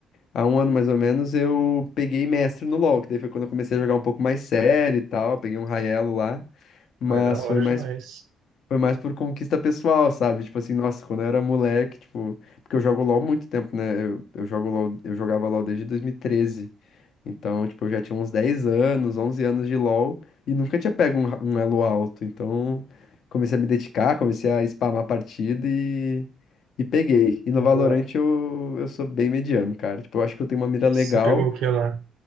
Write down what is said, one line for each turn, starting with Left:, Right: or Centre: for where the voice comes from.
Left: há um ano mais ou menos, eu peguei mestre no LoL, que daí foi quando eu comecei a jogar um pouco mais sério e tal, peguei um Raiello lá, mas
Right: Vai da hora
Left: foi mais
Right: demais.
Left: foi mais por conquista pessoal, sabe? Tipo assim, nossa, quando eu era moleque, tipo. Porque eu jogo LOL há muito tempo, né? Eu, eu jogo LOL, eu jogava LOL desde dois mil e treze, Então, tipo, eu já tinha uns 10 anos, 11 anos de LOL e nunca tinha pego um, ra- um elo alto. Então, comecei a me dedicar, comecei a spamar a partida e, e peguei. E no
Right: Da
Left: Valorant
Right: hora.
Left: eu, eu sou bem mediano, cara. Tipo, eu acho que eu tenho uma mira legal,
Right: Você pegou o que lá?